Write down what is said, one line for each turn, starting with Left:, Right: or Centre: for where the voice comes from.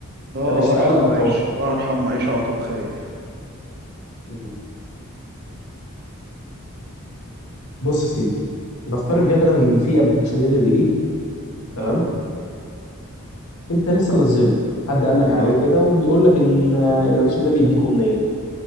Right: اه
Left: انت مش في
Right: ارحم
Left: قلق او توتر
Right: اعيش ارحم اعيش على طول خايف
Left: مم. بص يا سيدي نفترض
Right: قول
Left: جدلا ان في ابلكيشن نزل جديد تمام
Right: لا
Left: انت لسه منزله حد قال لك
Right: لا
Left: عليه كده وبيقول لك ان الابلكيشن ده بيديك امنية